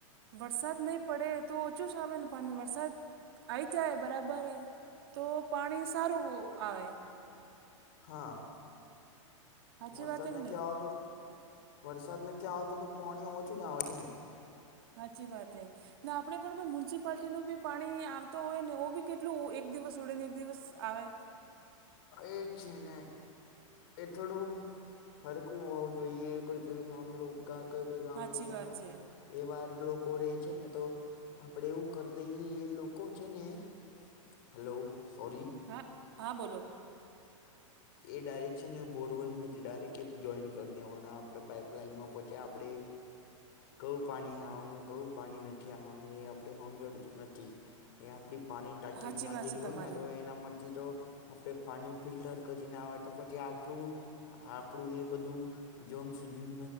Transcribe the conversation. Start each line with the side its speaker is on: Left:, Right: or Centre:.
Right: વરસાદ નહીં પડે તો ઓછો આવે ને પાણી વરસાદ આઈ જાય બરાબર તો પાણી સારું આવે
Left: હા.
Right: સાચી
Left: વરસાદ
Right: વાત હે કે
Left: નથી
Right: નહીં
Left: આવતો વરસાદ નથી આવતો તો પાણી ઓછું જ આવે છે ને
Right: હાચી વાત હૈ ના આપણેે પણ મ્યુનિસિપાલટીનું બી પાણી આવતો હોય ને એ બી કેટલું એક દિવસ ઉડે ને એક દિવસ આવે
Left: એ છેીને એ થોડું હરખું હોવું જોઈએ કોઈ કઈ <unintelligible> કઈ કોઈ ગામ
Right: સાચી
Left: લોકોના
Right: વાત છે
Left: એવાર લોકો રહેે છે ને તો આપડે એવું કરી દઈએ એ લોકો છે ને હેલો સોરી
Right: હા હા બોલો
Left: એ ડાયરેકશનને બોરવેલથી ડાયક્ટ એ જોઈન્ટ કરી દેવાના આપણે પાઈપલાઇનમાં પહોંચ્યા આપણે કવું પાણી આવવાનું કવું પાણી નથી આવવાનું એ આપણે હમજણતું નથી. એ આપણી પાણીની ટાંકી
Right: સાચી
Left: વાંધેલી
Right: વાત છે
Left: હોય
Right: તમારી
Left: ને તો એનામાંથી તો આપણે પાણી ફિલ્ટર કરી ના હોય તો પછી આપણું આપણું એ બધું જોમ્સ ભીમ